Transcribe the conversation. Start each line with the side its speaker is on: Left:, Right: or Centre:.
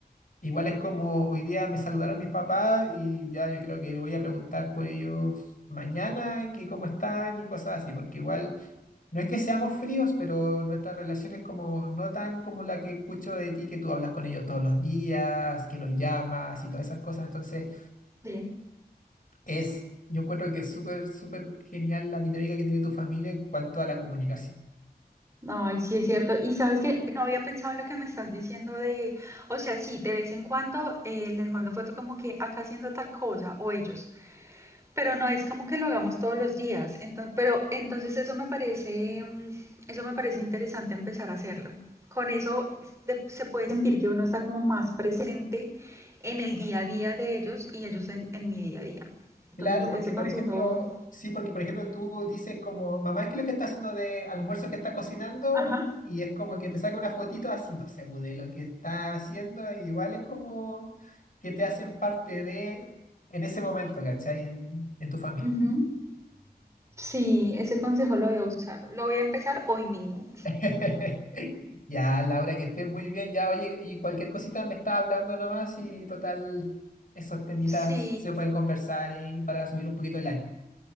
Left: Igual es como hoy día me saludaron mis papás y ya yo creo que voy a preguntar por ellos mañana, que cómo están y cosas así, porque igual no es que seamos fríos, pero nuestra relación es como no tan como la que escucho de ti, que tú hablas con ellos todos los días, que los llamas y todas esas cosas. Entonces
Right: sí.
Left: es, yo encuentro que es súper, súper genial la dinámica que tiene tu familia en cuanto a la comunicación.
Right: Ay, sí, es cierto. Y sabes que no había pensado en lo que me estás diciendo de, o sea, sí, de vez en cuando eh, les mando foto como que acá haciendo tal cosa, o ellos, Pero no es como que lo hagamos todos los días. Entonces, pero entonces eso me parece, mm, eso me parece interesante empezar a hacerlo. Con eso de- se puede sentir que uno está como más presente en el día a día de ellos y ellos en, en mi día a día. Entonces,
Left: Claro,
Right: ese
Left: porque
Right: consejo,
Left: por ejemplo, sí, porque por ejemplo tú dices como, mamá, ¿qué es lo que está haciendo de almuerzo que está cocinando?
Right: ajá,
Left: Y es como que te saca una fotito así, no sé, pues, de lo que está haciendo, e igual es como que te hacen parte de, en ese momento, ¿cachai? En, en tu familia.
Right: ujú. Sí, ese consejo lo voy a usar. Lo voy a empezar hoy mismo.
Left: <laughs> Ya, Laura, que estés muy bien, ya, oye, y cualquier cosita me está hablando nomás y total, esos temitas
Right: Sí,
Left: se pueden conversar y ahí para subir un poquito el ánimo.